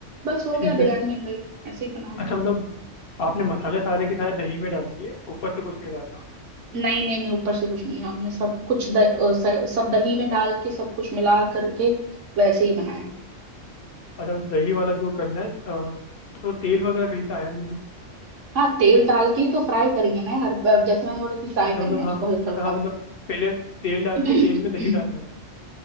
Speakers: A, on the right; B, on the left.
A: बस हो
B: ठीक
A: गया बिरयानी
B: है
A: बन गई ऐसे ही बनानी
B: अच्छा
A: है
B: मतलब आपने मसाले सारे के सारे दही में डाल दिए ऊपर से कुछ नहीं डालना
A: नहीं नहीं नहीं ऊपर से कुछ नहीं हमने सब कुछ द, अ, स- सब दही में डाल के सब कुछ मिला करके वैसे ही बनाया है
B: अच्छा दही वाला जो करना है अ, तो तेल वगैरह कहीं पे आया नहीं वो
A: हाँ तेल डाल के ही तो फ्राई करेंगे ना यार अब जैसे मैंने बोला कि फ्राई
B: अच्छा
A: करना
B: मतलब
A: है
B: हाँ
A: उसको
B: मतलब
A: हल्का हल्का
B: हाँ मतलब पहले तेल डाल
A: <clears throat>
B: के तेल में दही डालना है